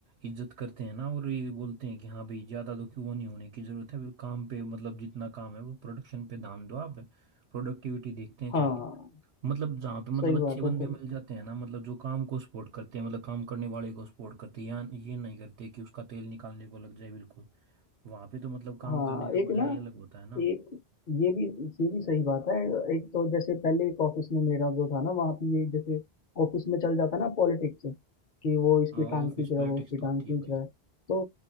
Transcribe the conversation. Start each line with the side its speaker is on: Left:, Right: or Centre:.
Right: इज्जत करते हैं ना और ये बोलते हैं कि हाँ भाई ज़्यादा दुखी वो नहीं होने की ज़रूरत है काम पे मतलब जितना काम है वो प्रोडक्शन पे ध्यान दो आप प्रोडक्टिविटी देखते हैं
Left: हाँ
Right: खाली मतलब जहाँ पे मतलब
Left: सही
Right: अच्छे
Left: बात
Right: बंदे
Left: है सही
Right: मिल जाते हैं ना मतलब जो काम को सपोर्ट करते हैं मतलब काम करने वाले को सपोर्ट करते हैं या ये नहीं करते कि उसका तेल निकालने को लग जाए बिल्कुल वहाँ पे तो मतलब काम
Left: हाँ
Right: करने का
Left: एक
Right: मजा
Left: ना
Right: ही अलग होता है ना
Left: एक ये भी ये भी सही बात है एक तो जैसे पहले एक ऑफिस में मेरा जो था ना वहाँ पे ये जैसे ऑफिस में चल जाता ना पॉलिटिक्स कि वो इसकी
Right: हाँ
Left: टांग
Right: ऑफिस
Left: खींच रहा
Right: पॉलिटिक्स
Left: है वो उसकी
Right: तो
Left: टांग
Right: होती
Left: खींच
Right: है भाई
Left: रहा है तो